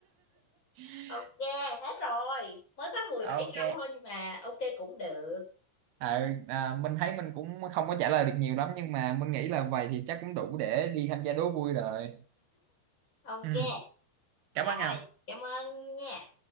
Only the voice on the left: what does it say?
ok hết rồi mới có mười
bảy câu thôi nhưng mà ok cũng được
ok
rồi
cảm ơn nha